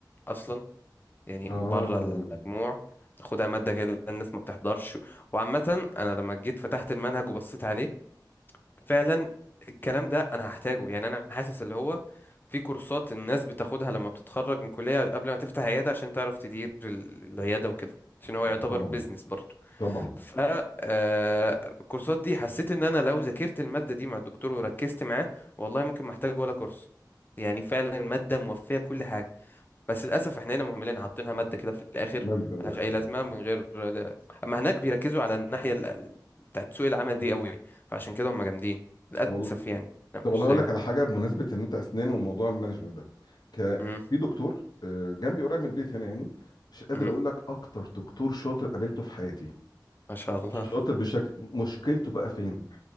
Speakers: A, on the left; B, on the left.
A: اصلا يعني
B: اه
A: بره المجموع خدها مادة كده الناس ما بتحضرش وعامة أنا لما جيت فتحت المنهج وبصيت عليه فعلا الكلام ده أنا هحتاجه يعني أنا حاسس اللي هو في كورسات الناس بتاخدها لما بتتخرج من كلية قبل ما تفتح عيادة عشان تعرف تدير ال- العيادة وكده عشان هو يعتبر
B: طبعا
A: بيزنس برضه
B: طبعا
A: ف آه، الكورسات دي حسيت ان انا لو ذاكرت المادة دي مع الدكتور وركزت معاه والله ممكن ما احتاج ولا كورس يعني فعلا المادة موفية كل حاجة بس للاسف احنا هنا مهملين حاطينها ماده كده في الاخر
B: مادة الأكل
A: ملهاش اي لازمه من غير ده. اما هناك بيركزوا على الناحيه ال- بتاعت سوق العمل دي قوي فعشان كده هم جامدين للاسف
B: والله
A: يعني لا مش
B: طب والله هقول
A: زيهم
B: لك على حاجه بمناسبه ان انت اسنان وموضوع المانجمنت ده ك...
A: امم
B: في دكتور آه، جنبي قريب من البيت هنا يعني مش قادر
A: امم
B: اقول لك اكتر دكتور شاطر قابلته في حياتي
A: ما شاء الله
B: شاطر بشكل مشكلته بقى فين